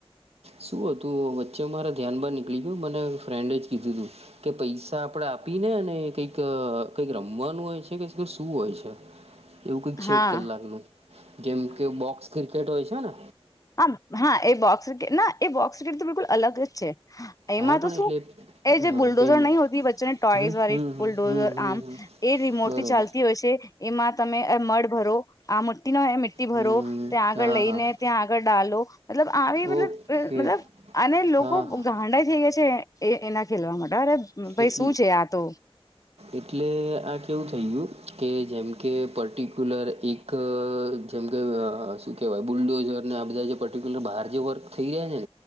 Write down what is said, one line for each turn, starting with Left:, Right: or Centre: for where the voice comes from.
Right: શું હતુ, વચ્ચે મારા ધ્યાન બાર નીકળી ગયું મને ફ્રેન્ડે જ કીધું તુ કે પૈસા આપડે આપી ને કઈક કઈક રમવાનું હોય છે, કે, શું? હોય છે. એવું કંઈક છે,
Left: હા
Right: એક કલાક નું જેમ કે બોક્સ ક્રિકેટ હોય છેને
Left: આમ હા, એ બોક્સ વ્રિકેટ ના એ બોક્સ વ્રિકેટ તો બિલકુલ અલગ જ છે. એમા,
Right: હા પણ
Left: તો
Right: એટલે
Left: શું એ જે
Right: હા
Left: બુલડોઝર
Right: પેમેન્ટ
Left: નહી, હોતી વચ્ચેને ટોઈઝ
Right: હમ
Left: વાળી
Right: હમ હમ
Left: બુલડોઝર
Right: હમ હમ
Left: આમ
Right: હમ
Left: એ રિમોટથી
Right: બરોબર
Left: ચાલતી હોય, છે. એમાં તમે મળ ભરો આ મટ્ટી, ન મી્ટી
Right: હમ
Left: ભરો ત્યાં આગળ
Right: હા
Left: લઈને
Right: હા
Left: ત્યા આલો મતલબ આવી
Right: ઓકે
Left: મતલબ મતલબ અને લોકો
Right: હા હા
Left: ગાંડા જેવા છે. એ એના ખેલવા માટે અરે ભાઈ
Right: એટ
Left: શું છે આ તો
Right: એટલે આ કેવુ કહું કે, જેમકે પર્ટિક્યુલર એક જેમ કે શું કહેવાય બુલડોઝરને આ બધા જે પર્ટિક્યુલર બહાર જે વર્ક થઈ રહ્યા છેને,